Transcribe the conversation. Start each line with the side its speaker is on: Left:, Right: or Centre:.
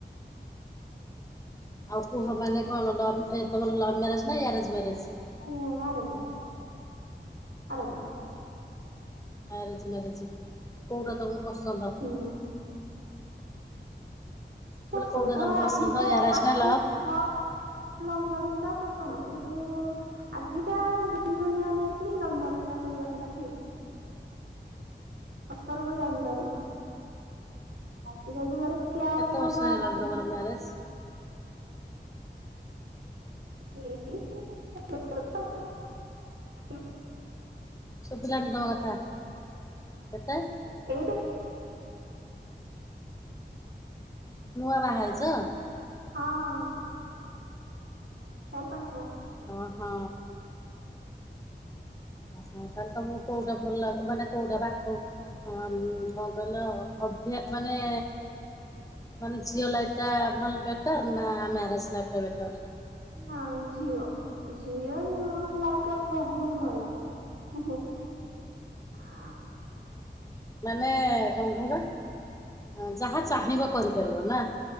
Left: ଆଉ କୁହ ମାନେ କଣ ଲ ତମର ଲଭ ମ୍ୟାରେଜ ନା arrange marriage.
Right: <unintelligible> Orange marriage.
Left: Arrange marriage କୋଉଟା ତମକୁ ପସନ୍ଦ।
Right: ଉଁ।
Left: କହିଲି
Right: ପସନ୍ଦ
Left: କୋଉଟା ତମକୁ
Right: ଆଜି
Left: ପସନ୍ଦ
Right: ତ
Left: ମ୍ୟାରେଜ୍
Right: ଆଜି
Left: ନା ଲଭ୍?
Right: ହଁ। ଲଭ୍ ମ୍ୟାରେଜ୍ ଟା ପସନ୍ଦ କିନ୍ତୁ ଆଜିକା ଦୁନିଆ ନେଇକି ଲଭ ମ୍ୟାରେଜଟା କରିବାଟା ଠିକ୍। ପରସ୍ପରକୁ ଜାଣିପାରିବ ଆଜିକା ଯୁଗରେ କିଏ ଆଉ
Left: କେତେବର୍ଷ
Right: ମାନେ ଆର-
Left: ହେଲାଣି ତମର ମ୍ୟାରେଜ୍।
Right: <unintelligible>
Left: ଶୁଭିଲାନି ତମ କଥା କେତେ।
Right: ଏଇ
Left: ନୂଆ ବାହା ହେଇଚ।
Right: ହଁ। ଚାରି ପାଞ୍ଚ ମାସ
Left: ଅ ହଁ। ଓହୋ ତାହେଲେ ତମକୁ କୋଉଟା ଭଲ ଲାଗେ ମାନେ କୋଉଟା ବାପ ହ କଣ କହିଲ ଅଭ୍ୟା ମାନେ ମାନେ ଝିଅ ଲାଇଫଟା ଭଲ ବେଟର ନା ମ୍ୟାରେଜ ଲାଇଫଟା ବେଟର।
Right: ନାଇଁ ଝିଅ ଝିଅ ଲାଇଫଟା ବହୁତ ଭଲ। <inaudible>
Left: ମାନେ କଣ କହିଲ ଯାହା ଚାହିଁବ କରିପାରିବ ନା?